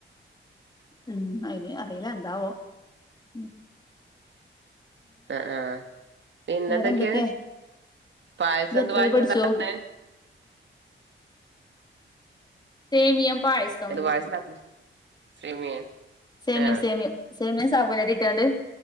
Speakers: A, on the left; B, on the right.
A: ഉം അയ്ന് അറീലാ എന്താവോ ഉം
B: ആഹ് ആഹ് പിന്നെന്തൊക്കേ
A: വേറെ എന്തൊക്കെയാ
B: പായസെന്ത്
A: ഇയ്യ് എത്രവരെ
B: പായസണ്ടാക്ക്ണേ
A: പഠിച്ചു സേമിയം പായസം
B: എന്റെ വയസ്നാ <unintelligible> സേമിയേ
A: സേമിയം
B: ആഹ്
A: സേമിയം സേമിയം സാബൂനരിട്ട്കാണ്ട്